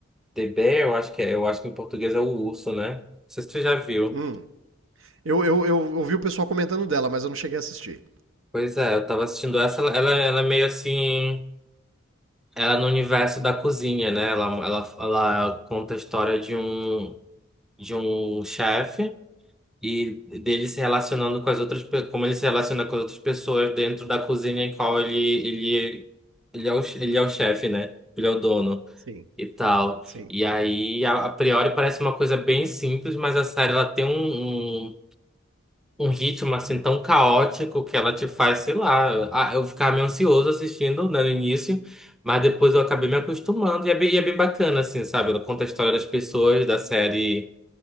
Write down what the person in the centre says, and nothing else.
The Bear, eu acho que é, eu acho que em português é o urso, né? Não sei se tu já viu.
Pois é, eu tava assistindo essa, ela, ela ela é meio assim, ela é no universo da cozinha, né? Ela, ela, ela conta a história de um, de um chefe. e dele se relacionando com as outras, pe- como ele se relaciona com as outras pessoas dentro da cozinha em qual ele ele ele é o, che- ele é o chefe, né? Ele é o dono
e tal.
E aí a, a priori parece uma coisa bem simples, mas a série ela tem um, um um ritmo assim tão caótico que ela te faz, sei lá, ah, eu ficava meio ansioso assistindo, né, no início. Mas depois eu acabei me acostumando e é bem, e é bem bacana, assim, sabe? Ela conta a história das pessoas, da série